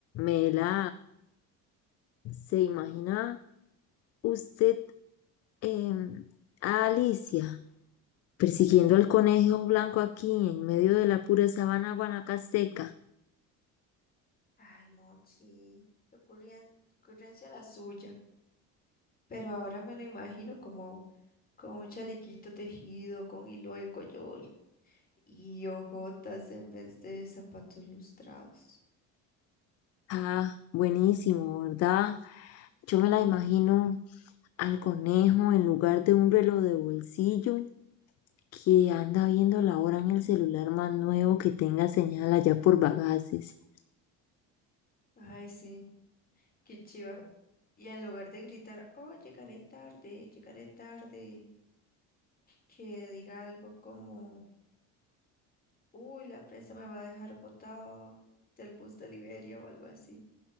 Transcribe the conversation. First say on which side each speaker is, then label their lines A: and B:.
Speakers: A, on the left (about 50°); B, on the left (about 25°).
A: Mela, ¿se imagina
B: ¿Mm?
A: usted em, a Alicia persiguiendo al conejo blanco aquí en medio de la pura sabana guanacasteca?
B: Ay, Mochi, qué ocurren- ocurrencia la suya. Pero ahora me lo imagino como con un chalequito tejido, con hilo de coyol y ojotas en vez de zapatos lustrados.
A: Ah, buenísimo, ¿verdad? Yo me
B: Ujú.
A: la imagino al conejo en lugar de un reloj de bolsillo que anda viendo la hora en el celular más nuevo que tenga señal allá por Bagaces.
B: Ay, sí, qué chiva. Y en lugar de gritar, oh, llegaré tarde, llegaré tarde, que diga algo como... Uy, la prensa me va a dejar botada del bus de Liberia o algo así.